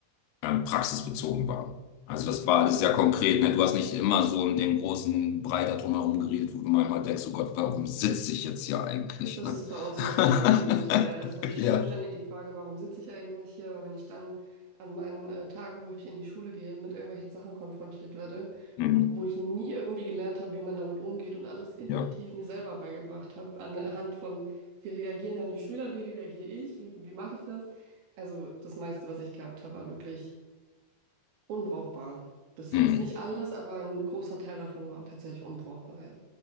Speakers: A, on the left; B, on the right.
A: ähm, praxisbezogen waren. Also das war
B: Mhm.
A: alles sehr konkret, ne? Du hast nicht immer so in den großen Brei da drumherum geredet, wo du manchmal denkst, oh Gott, warum sitze ich jetzt hier eigentlich,
B: Das
A: ne?
B: ist bei uns
A: <laughs>
B: das genaue Gegenteil. Also ich stelle
A: Ja.
B: mir ständig die Frage, warum sitze ich eigentlich hier? Weil wenn ich dann an meinen äh, Tagen, wo ich in die Schule gehe, mit irgendwelchen Sachen konfrontiert werde,
A: Mhm.
B: wo ich nie irgendwie gelernt habe, wie man damit umgeht und alles intuitiv
A: Ja.
B: mir selber beigebracht habe, anhand von, wie reagieren dann die Schüler, wie reagiere ich, wie, wie mache ich das? Also das meiste, was ich gehabt habe, war wirklich unbrauchbar bis
A: Hm.
B: jetzt. Nicht alles, aber ein großer Teil davon war tatsächlich unbrauchbar, ja.